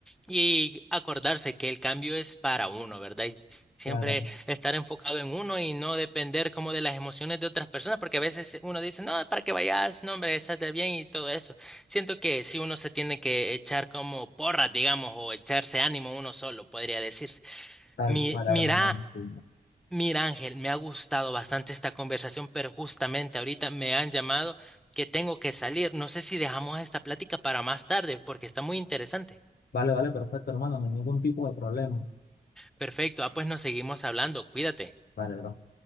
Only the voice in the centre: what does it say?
y acordarse que el cambio es para uno, ¿verdad? Y siempre
estar enfocado en uno y no depender como de las emociones de otras personas, porque a veces uno dice, no, para que vayas, no, hombre, estate bien y todo eso. Siento que si uno se tiene que echar como porras, digamos, o echarse ánimo uno solo, podría decirse.
Mi,
mira,
mira Ángel, me ha gustado bastante esta conversación, pero justamente ahorita me han llamado que tengo que salir. No sé si dejamos esta plática para más tarde, porque está muy interesante.
Perfecto, ah, pues nos seguimos hablando, cuídate.